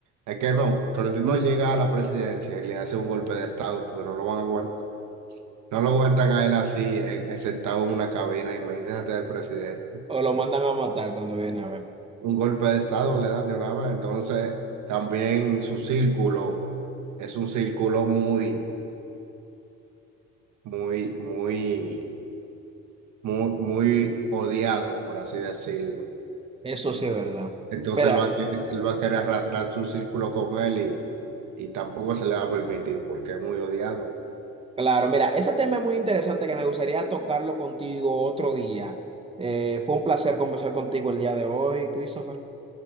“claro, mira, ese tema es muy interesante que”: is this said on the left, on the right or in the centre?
Right